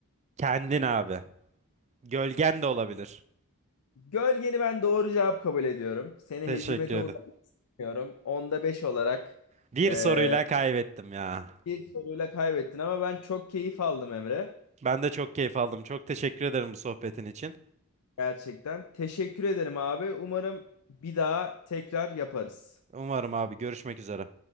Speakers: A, on the right; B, on the left.
A: Kendin abi. Gölgen de olabilir.
B: Gölgeni ben doğru cevap kabul ediyorum. Seni
A: Teşekkür
B: hezimete
A: ederim.
B: uğratmak istemiyorum. Onda 5 olarak
A: Bir
B: eee,
A: soruyla kaybettim ya.
B: bir soruyla kaybettin ama ben çok keyif aldım Emre.
A: Ben de çok keyif aldım. Çok teşekkür ederim bu sohbetin için.
B: Gerçekten. Teşekkür ederim abi. Umarım bir daha tekrar yaparız.
A: Umarım abi görüşmek üzere.